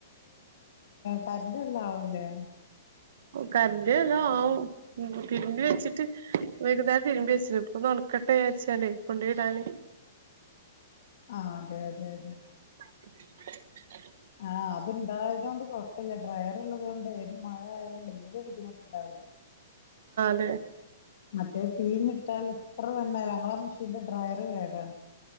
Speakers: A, on the left; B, on the right.
A: കരണ്ട് നല്ലോ ആവോലെ.
B: കരണ്ട് നല്ലോ ആവും. തിരുമ്പി വെച്ചിട്ട്, വൈകുന്നേരം തിരുമ്പി വെച്ചു, ഇപ്പൊ ഒന്നു ഒക്കെ തേച്ചാൽ കൊണ്ടോയിടാൻ
A: അ. അതെ അതെ അതെ.
B: ഉം
A: ആ. അത്ണ്ടായതൊണ്ട് കുഴപ്പല്ല. ഡ്രയർ ഉള്ളതുകൊണ്ട് <inaudible> ബുദ്ദിമുട്ടുണ്ടാവൂല
B: ഉ
A: മറ്റേ പീഞ്ഞുട്ടാൽ എത്ര <inaudible> ഞങ്ങളെ മെഷീന്റെ ഡ്രോയറ് കേടാണ്.